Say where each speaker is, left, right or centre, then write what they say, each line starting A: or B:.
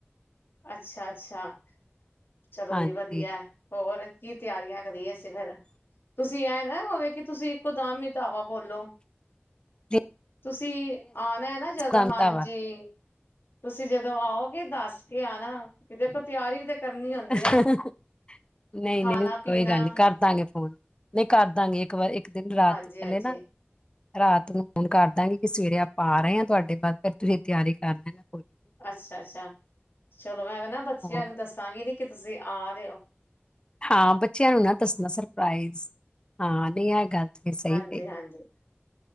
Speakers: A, on the left (about 60°); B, on the left (about 20°).
A: ਅੱਛਾ- ਅੱਛਾ, ਚਲੋ
B: ਹਾਂਜੀ
A: ਜੀ ਵਧੀ ਐ। ਹੋਰ ਕੀ ਤਿਆਰੀਆਂ ਕਰੀਏ, ਅਸੀਂ ਫਿਰ, ਤੁਸੀਂ ਐਂ ਨਾ ਹੋਵੇ, ਕਿ ਤੁਸੀਂ ਇੱਕੋ ਦਮ ਈ ਧਾਵਾ ਬੋਲੋ।
B: ਜੀ <unintelligible>
A: ਤੁਸੀਂ ਆਨਾ ਐ ਨਾ ਜਦੋਂ,
B: ਕਵਿਤਾ
A: ਹਾਂਜੀ,
B: ਵਾ
A: ਤੁਸੀਂ ਜਦੋਂ ਆਔਗੇ ਦੱਸ ਕੇ ਆਨਾ, ਕਿਥੇ ਤਿਆਰੀ ਤੇ ਕਰਨੀ ਹੁੰਦੀ
B: <unintelligible>
A: ਨਾ
B: ਨਈ
A: ਖਾਣਾ
B: -ਨਈ
A: ਪੀਣਾ
B: ਕੋਈ ਗੱਲ ਨੀ ਕਰ ਦਾਂਗੇ, ਫੋਨ। ਕਰ ਦਾਂਗੇ, ਇੱਕ ਵਾਰ ਇੱਕ ਦਿਨ ਰਾਤ
A: ਹਾਂਜੀ
B: ਪੈਲੇ
A: ਹਾਂਜੀ
B: ਨਾ, ਰਾਤ ਨੂੰ ਫੋਨ ਕਰਦਾਂਗੀ, ਕਿ ਸਵੇਰੇ ਆਪਾਂ ਆ ਰੇ ਆ ਤੁਆਡੇ ਘਰ ਤੇ, ਤੁਸੀਂ ਤਿਆਰੀ ਕਰ ਲੇਨਾ।
A: ਅੱਛਾ -ਅੱਛਾ, ਚਲੋ ਮੈਂ ਨਾ ਬੱਚਿਆਂ
B: ਹੋਰ
A: ਨੂੰ ਦੱਸਾਂਗੀ ਕਿ ਤੁਸੀਂ ਆ ਰੇ ਔ।
B: ਹਾਂ, ਬੱਚਿਆਂ ਨੂੰ ਨਾ ਦੱਸਣਾ ਸਰਪ੍ਰਾਈਜ਼। ਹਾਂ, ਨੀ ਐ ਗੱਲ ਤੇ ਸ
A: ਹਾਂਜੀ
B: ਈ ਕ ਈ।
A: ਹਾਂਜੀ